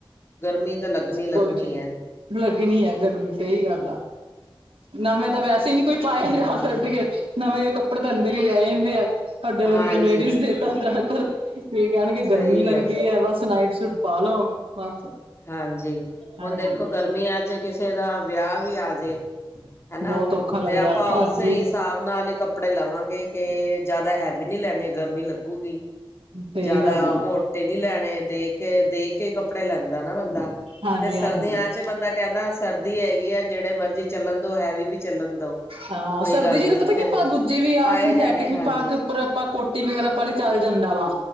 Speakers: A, on the left (about 25°); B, on the right (about 75°).
A: ਗਰਮੀ ਤਾਂ ਲੱਗਣੀ ਲੱਗਣੀ
B: ਕੁਛ
A: ਐ।
B: ਲੱਗਣੀ ਹੈ ਗਰਮੀ ਸਹੀ ਗੱਲ ਆ ਨਵੇਂ ਤਾਂ ਵੈਸੇ ਹੀ ਨੂੰ ਕੋਈ ਪਾਏ ਜਾ ਸਕਦੇ, ਨਵੇਂ ਕੱਪੜੇ ਤਾਂ ਅੰਦਰ ਹੀ ਰਹਿ ਜਾਂਦੇ ਆ। ਸਾਡੇ ਵਰਗੇ
A: ਹਾਂਜੀ।
B: ਲੇਡੀਜ਼ ਦੇ ਤਾਂ ਜਿਆਦਾਤਰ, ਫੇਰ ਕਹਿਣਗੇ
A: ਸਹੀ
B: ਗਰਮੀ ਲੱਗਦੀ
A: ਹੈ
B: ਐ ਬਸ ਨਾਈਟ ਸੂਟ ਪਾਲੋ। ਬਸ।
A: ਹਾਂਜੀ,
B: ਹਾਂਜੀ
A: ਹੁਣ ਦੇਖੋ ਗਰਮੀਆਂ ਚ ਕਿਸੇ ਦਾ ਵਿਆਹ ਵੀ ਆ ਜੇ ਹਨਾ
B: ਬਹੁਤ ਔਖਾ ਲੱਗਦਾ
A: ਤੇ ਆਪਾਂ
B: ਹਾਂਜੀ
A: ਉਸੇ ਹਿਸਾਬ ਨਾਲ ਹੀ ਕੱਪੜੇ ਲਵਾਂਗੇ ਕਿ ਜ਼ਿਆਦਾ ਹੈਵੀ ਨਹੀਂ ਲੈਣੇ ਗਰਮੀ ਲੱਗੂਗੀ।
B: ਸਈ
A: ਜ਼ਿਆਦਾ
B: ਗੱਲ ਆ।
A: ਮੋਟੇ ਨੀ ਲੈਣੇ ਦੇਖ ਕੇ ਦੇਖ ਕੇ ਕੱਪੜੇ ਲੈਂਦਾ ਨਾ ਬੰਦਾ
B: ਹਾਂਜੀ
A: ਤੇ ਸਰਦੀਆਂ
B: ਹਾਂਜੀ
A: ਚ ਚ ਬੰਦਾ ਕਹਿੰਦਾ ਸਰਦੀ ਹੈਗੀ ਆ ਜਿਹੜੇ ਮਰਜ਼ੀ ਚੱਲਣ ਦੋ ਹੈਵੀ ਵੀ ਚੱਲਣ ਦੋ
B: ਹਾਂ,
A: ਕੋਈ
B: ਸਰਦੀ
A: ਗੱਲ
B: ਚ
A: ਨੀ
B: ਤਾਂ ਪਤਾ ਕੀ ਆਪਾਂ ਦੂਜੇ ਵੀ ਆ
A: ਪਾਏ
B: ਸਿੰਥੈਟਿਕ
A: ਜਾਣੇ ਹਾਂਜੀ
B: ਵੀ ਪਾ ਕੇ ਉੱਪਰ ਆਪਾਂ ਕੋਟੀ ਵਗੈਰਾ ਪਾ ਲਈ ਚੱਲ ਜਾਂਦਾ ਵਾ,